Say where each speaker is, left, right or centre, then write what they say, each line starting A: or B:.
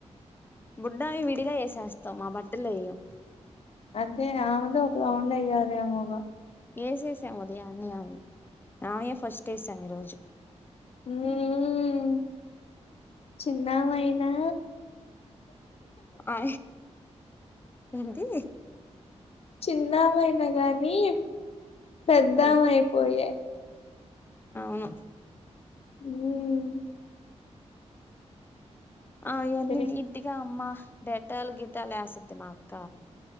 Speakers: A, on the left; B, on the left.
A: బుడ్డామేయి విడిగా వేసేస్తాము మా బట్టళ్ళో వెయ్యం
B: అదే ఆమెది ఒక రౌండ్ వేయ్యలేమోగా
A: వేసేసాము ఉదయాన్నే ఆమేయి ఆమెయే ఫస్ట్ వేసాం ఈ రోజు
B: మ్ చిన్నమయినా
A: అ ఏంటి
B: చిన్నమయినా గాని పెద్దమయిపోయే
A: ఆ అవును
B: మ్
A: అ ఇవన్నీ
B: ఏ
A: నీట్గా అమ్మ డెటాలు గిటాలు వేసిద్ది మా అక్క